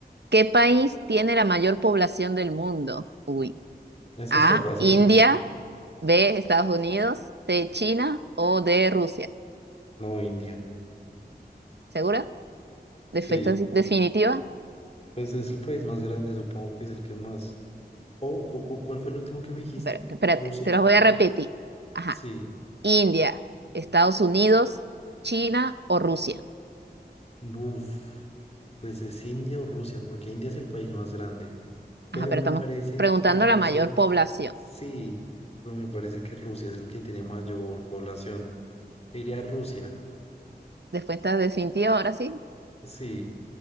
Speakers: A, on the right (about 90°); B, on the left (about 40°).
A: ¿Qué país tiene la mayor población del mundo? Uy.
B: Esa
A: A,
B: está fácil.
A: India, B, Estados Unidos, C, China o D, Rusia.
B: No, India.
A: ¿Segura? ¿Defe-
B: Sí,
A: ¿Definitiva?
B: pues es el país más grande, supongo que es el que más. Oh, cu- cu- ¿cuál fue el último que me dijiste?
A: Espera- Espérate,
B: ¿Rusia?
A: te los voy a repetir. Ajá.
B: Sí.
A: India, Estados Unidos, China o Rusia.
B: Buf. Pues es India o Rusia, porque India es el país más grande. Pero
A: Ajá, pero
B: me
A: estamos
B: parece
A: preguntando
B: que Rusia,
A: a la mayor población.
B: sí, pero me parece que Rusia es el que tiene mayor población. Diría Rusia.
A: Después estás definitiva, ahora sí.
B: Sí.